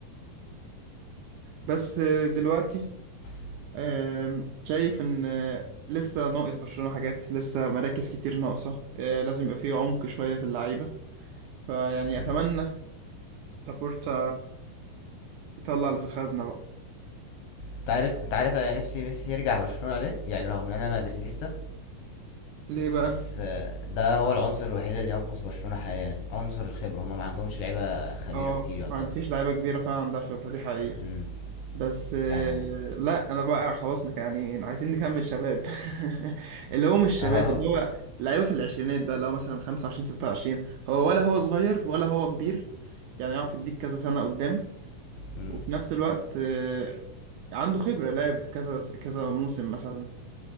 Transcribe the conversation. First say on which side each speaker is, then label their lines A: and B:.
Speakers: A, on the right; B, on the left.
A: بس آه، دلوقتي
B: بس.
A: آم، شايف ان آه، لسه ناقص برشلونة حاجات لسه مراكز كتير ناقصة آه، لازم يبقى فيه عمق شوية في اللعيبة فيعني اتمنى
B: إمم.
A: لابورتا يطلع اللي في الخزنة بقى
B: أنت عارف أنت عارف أنا نِفْسي ميسي يرجع برشلونة ليه؟ يعني رغم إن أنا مدريديستا،
A: ليه بقى
B: بس آه، ده هو العنصر الوحيد اللي ينقذ برشلونة حاليًا، عنصر الخبرة، هم ما عندهمش لعيبة خبيرة
A: اه
B: كتير يعتبر.
A: ما عاد فيش لعيبة كبيرة فعلا عندها خبرة دي حقيقة
B: إمم.
A: بس آه،
B: يعني
A: لا انا بقى خلاص نك يعني عايزين نكمل شباب <laughs> اللي هو مش شباب
B: آه.
A: اللي هو لعيبه في العشرينات بقى اللي هو مثلا 25 26 هو ولا هو صغير ولا هو كبير يعني يعرف يديك كذا سنه قدام
B: إمم.
A: وفي نفس الوقت آه، عنده خبره لعب كذا كذا موسم مثلا